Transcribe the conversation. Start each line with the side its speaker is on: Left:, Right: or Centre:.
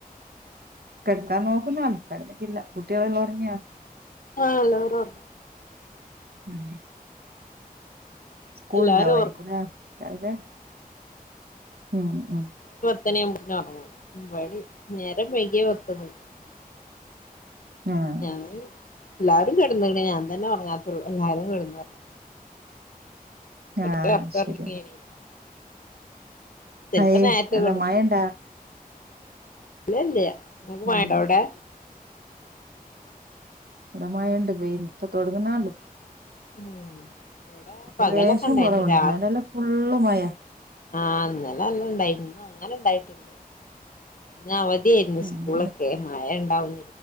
Right: കിടക്കാൻ നോക്കുന്ന കടന്നിട്ടില്ല കുട്ടികളെല്ലാം ഉറങ്ങിയാ?
Left: ആഹ് <unintelligible>
Right: ഉം സ്കൂൾ
Left: എല്ലാരും
Right: ഉണ്ടാവായിരിക്കുംല്ല
Left: ഒറങ്ങി
Right: രാവിലെ ഉം.
Left: പത്തു മണി ആവുമ്പോത്തിന് ഉറങ്ങും നേരം വൈകിയ പത്ത് മണി
Right: ആഹ്
Left: ഞാൻ എല്ലാരും കിടന്ന ഞാൻ തന്നെ ഒറങ്ങാതുള്ളു എല്ലാരും കിടന്ന നല്ല
Right: ആഹ്
Left: ഒർക്ക് ഉറങ്ങേനി
Right: ശരി
Left: ചെലപ്പോ
Right: അയ്
Left: നേരത്തെ
Right: എന്താ
Left: കെടുക്കും
Right: മഴണ്ടാ
Left: ഇല്ലല്ല ഇങ്ങക്ക് മഴണ്ടവിടെ?
Right: ഉം ഇവടെ മയ ഉണ്ട് പയി ഇപ്പ തൊടങ്ങുന്നേള്ളൂ
Left: ഉം ഇവിടെ പകലൊക്കെ
Right: ലേഷം
Left: ഇണ്ടായിരുന്നു
Right: കൊറവുണ്ട്
Left: രാ
Right: ഇന്നാലല്ല ഫുള്ള് മഴ.
Left: ആഹ് ഇന്നലെ നല്ല ഉണ്ടായിന്ന് ഇന്ന് അങ്ങനെ ഉണ്ടായിട്ടില്ല. ഇന് അവധിയായിരുന്നു
Right: ഉം
Left: സ്കൂളൊക്കെ
Right: ഇന്ന്
Left: മയ ഉണ്ടാവുന്ന